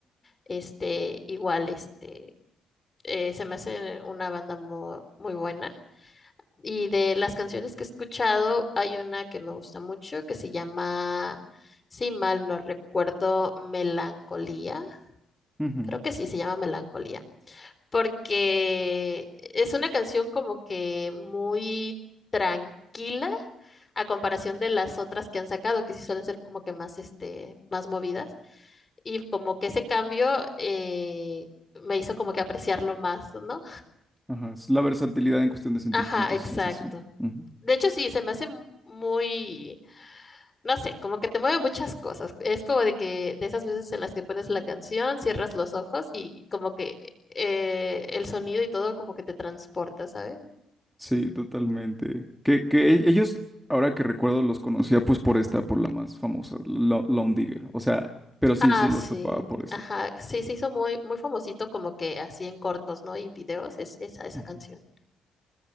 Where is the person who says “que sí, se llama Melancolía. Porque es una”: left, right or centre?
Left